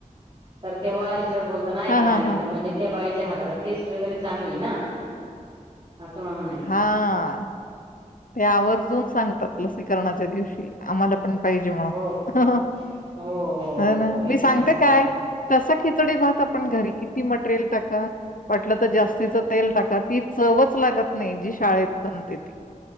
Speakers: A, on the right; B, on the left.
A: तर तेव्हा बोलताना ऐकलाय
B: हां, हां,
A: आम्ही
B: हां.
A: तर म्हणजे त्या बाई टेस्ट वगैरे चांगली ना असं मला म्हणायचं
B: हां, ते आवर्जून सांगतात लसीकरणाच्या दिवशी आम्हाला पण पाहिजे म्हणून
A: हो हो हो
B: ह ना
A: हो येतात
B: मी सांगते
A: ना सगळे
B: काय तस खिचडी भात त आपण घरी किती मटेरियल टाका वाटलं तर जास्त तेल टाकत ती चवच लागत नाही जी शाळेत बनते ती